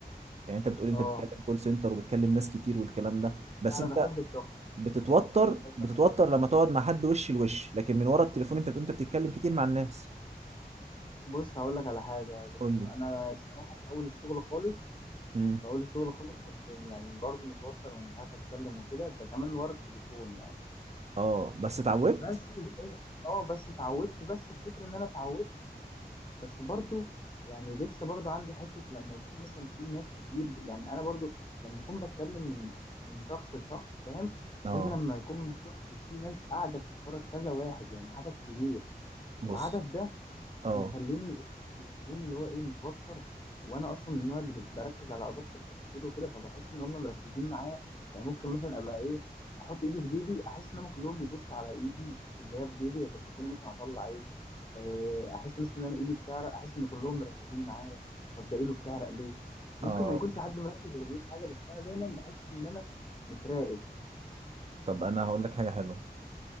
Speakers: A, on the right; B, on the left.
A: يعني انت بتقول انت
B: اه
A: بتتكلم كول سنتر وبتكلم ناس كتير والكلام ده بس
B: لا انا
A: انت
B: بحب الضغط
A: بتتوتر
B: الضغط يعني بحب
A: بتتوتر
B: أبقى-
A: لما تقعد مع حد وش لوش لكن من ورا التليفون انت بتقول انت بتتكلم كتير مع الناس
B: بص هقول لك على حاجه يا دكتور
A: قول لي
B: انا الصراحه في اول الشغل خالص
A: امم
B: في اول الشغل خالص كنت يعني برضو متوتر ومش عارف اتكلم وكده ده كمان ورا التليفون يعني
A: اه بس اتعودت
B: بس بس اه بس اتعودت بس الفكره ان انا اتعودت بس برضو يعني لسه برضو عندي حته لما يكون مثلا في ناس كتير يعني انا برضو لما اكون بتكلم من من شخص لشخص فاهم
A: اه
B: غير لما يكون من شخص وفي ناس قاعده بتتفرج كذا واحد يعني عدد كبير
A: بص
B: العدد ده
A: اه
B: بيخليني بيخليني اللي هو ايه متوتر وانا اصلا من النوع اللي ب- بركز على ادق التفاصيل وكده فبحس ان هم مركزين معايا يعني ممكن مثلا ابقى ايه احط ايدي في جيبي احس ان هم كلهم بيبصوا على ايدي اللي هي في جيبي يبقى شوفوني مثلا اطلع ايه آه، احس مثلا ان انا ايدي بتعرق احس ان كلهم مركزين معايا طب ده ايده بتعرق ليه ممكن
A: اه
B: ما يكونش حد مركز ولا بيقول حاجه بس انا دايما بحس ان انا متراقب
A: طب انا هقول لك حاجه حلوه